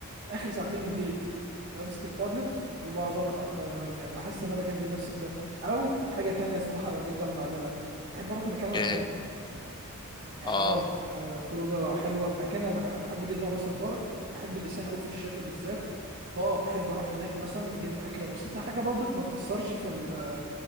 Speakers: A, on the right; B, on the left.
A: اخر ساعتين بالليل بمسك التابلت وبقعد اقرا آه، مانجا بحس ان انا بكفي نفسي بده او حاجه تانية صراحه جدا بعملها بحب اروح مكان انا
B: إيه
A: بحبه
B: هي؟
A: يعني
B: آه
A: اه آه، خروجه حلوه مكان انا بحب انا بحب جدا راس البر بحب اللسان قوي في الشتاء بالذات فاه بحب اروح هناك مثلا نجيب اكله بسيطه حاجه برضك ما تاثرش في ال...